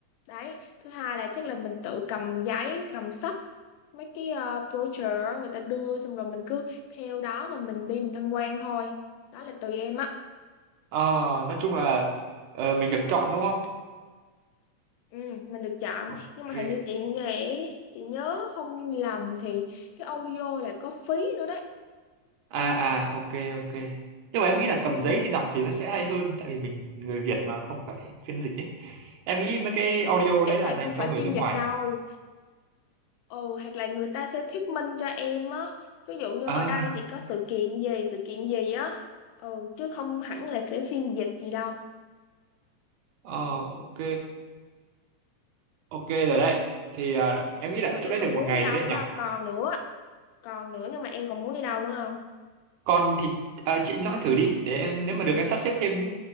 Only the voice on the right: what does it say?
ờ nói chung là ờ, mình được chọn đúng không
ok
à à ok ok nhưng mà em nghĩ là
cầm giấy đi đọc thì nó sẽ hay hơn tại vì mình người Việt mà không phải phiên dịch ấy em nghĩ mấy cái audio
đấy
là
dành
cho
người
nước
ngoài
à
à
ờ, ok ok rồi đấy thì à, em nghĩ là
chỗ
đấy
được
một ngày
rồi đấy
nhỉ
còn thì à, chị nói thử đi để em nếu mà được em sắp xếp thêm